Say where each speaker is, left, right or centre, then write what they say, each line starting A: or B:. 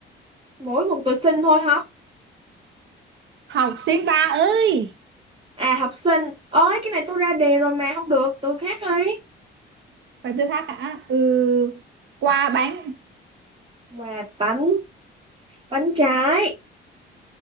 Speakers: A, on the right; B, on the right.
A: Mỗi một từ xinh thôi hả?
B: học sinh ba ơi
A: À học sinh, ơi cái này tôi ra đề rồi mà không được, tôi khác đi.
B: phải từ khác hả ừ, qua bánh
A: Quà bánh, bánh trái.